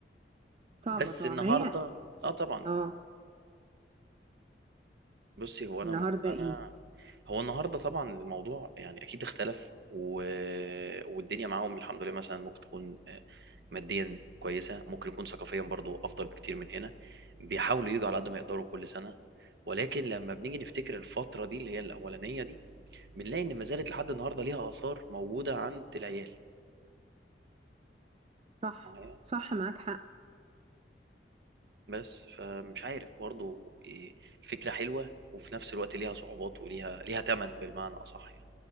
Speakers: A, on the right; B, on the right.
A: صعبة
B: بس
A: طبعا
B: النهارده
A: ما هي
B: اه طبعا
A: اه
B: بصي هو انا
A: النهارده
B: مقتنع
A: ايه
B: هو النهارده طبعا الموضوع يعني اكيد اختلف و... والدنيا معاهم الحمد لله مثلا ممكن تكون آه، ماديا كويسه ممكن يكون ثقافيا برضو افضل بكتير من هنا بيحاولوا يجوا على قد ما يقدروا كل سنه ولكن لما بنيجي نفتكر الفتره دي اللي هي الاولانيه دي بنلاقي ان ما زالت لحد النهارده ليها اثار موجوده عند العيال
A: صح
B: معايا
A: صح معاك حق
B: بس فمش عارف برضو إيه، الفكره حلوه وفي نفس الوقت ليها صعوبات وليها ليها ثمن بالمعنى اصح يعني